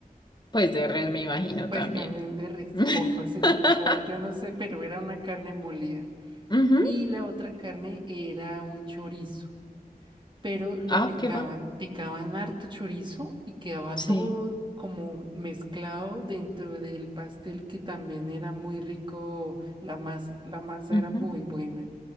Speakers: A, on the left; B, on the right.
A: Pues de res me imagino
B: pues
A: también.
B: también de res,
A: <laughs>
B: supongo, sí, o yo no sé, pero era una carne molida,
A: Ujú.
B: y la otra carne era un chorizo. pero lo
A: Ah,
B: picaban,
A: ¿qué va?
B: picaban harto chorizo y quedaba
A: Sí.
B: todo como mezclado dentro del pastel que también era muy rico la masa, la masa
A: ujú.
B: era muy buena.